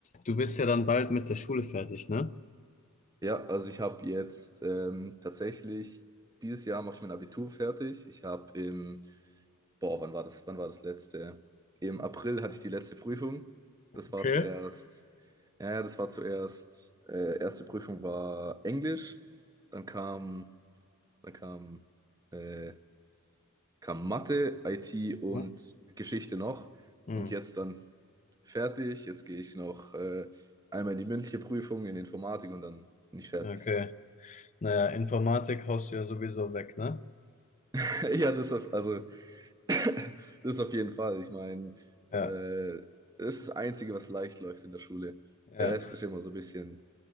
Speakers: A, on the left; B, on the right.
A: Du bist ja dann bald mit der Schule fertig, ne?
B: Ja, also ich habe jetzt ähm, tatsächlich, dieses Jahr mache ich mein Abitur fertig. Ich habe im, boah, wann war das, wann war das letzte? Im April hatte ich die letzte Prüfung.
A: Okay.
B: Das war zuerst, ja, ja, das war zuerst, äh, erste Prüfung war Englisch, dann kam, dann kam, äh, kam Mathe, IT
A: Mhm.
B: und Geschichte noch.
A: Hm,
B: Und jetzt dann fertig. Jetzt gehe ich noch äh, einmal in die mündliche Prüfung in Informatik und dann bin ich fertig.
A: okay. Naja, Informatik haust du ja sowieso weg, ne?
B: <laughs> Ja, das auf, also <laughs> das auf jeden Fall. Ich meine,
A: Ja,
B: äh, das ist das Einzige, was leicht läuft in der Schule.
A: ja.
B: Der Rest ist immer so ein bisschen